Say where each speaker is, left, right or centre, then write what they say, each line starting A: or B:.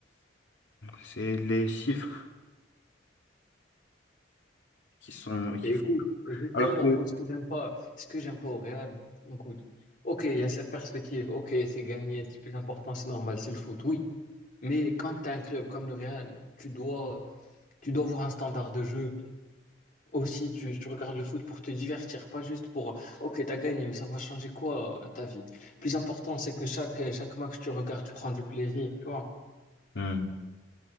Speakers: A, on the left (about 75°); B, on the left (about 45°).
A: c'est les chiffres. qui sont, qui
B: Et
A: font.
B: Écoute, et justement,
A: Alors que,
B: moi, ce que j'aime pas, ce que j'aime pas au Real, écoute, ok, il y a cette perspective, ok, c'est gagné, c'est le plus important, c'est normal, c'est le foot, oui. Mais quand tu as un club comme le Real, tu dois, tu dois avoir un standard de jeu. Aussi, tu, tu regardes le foot pour te divertir, pas juste pour, ok, t'as gagné, mais ça va changer quoi euh, ta vie? Le plus important, c'est que chaque, chaque match que tu regardes, tu prends du plaisir, tu vois.
A: Hmm.